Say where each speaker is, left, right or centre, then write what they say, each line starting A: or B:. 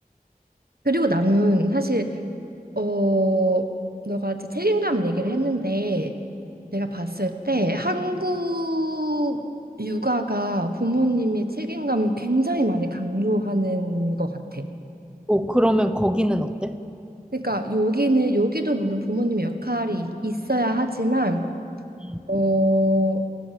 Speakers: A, on the right (about 80°); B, in the centre.
A: 그리고 나는 사실 어 너가 이제 책임감 얘기를 했는데. 제가 봤을 때 한국 육아가 부모님이 책임감을 굉장히 많이 강조하는 것 같아.
B: 어, 그러면 거기는 어때?
A: 그러니까 여기는 여기도 물론 부모님의 역할이 이- 있어야 하지만
B: 음,
A: 어